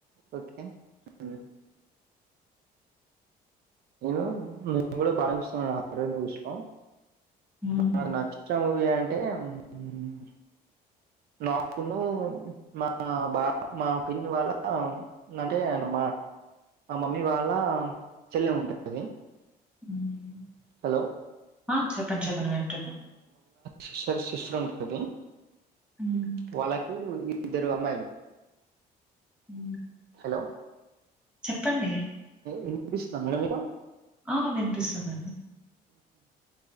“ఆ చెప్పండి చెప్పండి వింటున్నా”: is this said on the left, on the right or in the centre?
Centre